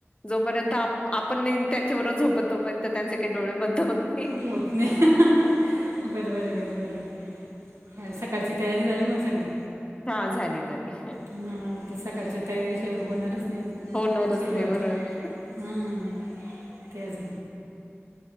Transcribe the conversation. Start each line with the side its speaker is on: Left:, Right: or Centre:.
Left: जोपर्यंत आपण त्यांबरोोत तोपर्यंत त्यांचे का डोळे बतवतते
Right: होत नाही बरबर आहे बरबर आहे काय सकाळची तयारी झाली मग सगळी
Left: हां, झाली, झाली.
Right: हा ते सकाळच्या तयारी होणारच नाही
Left: होणारच
Right: सुरुवात
Left: नाही बरोबर.
Right: हम्म! तेच.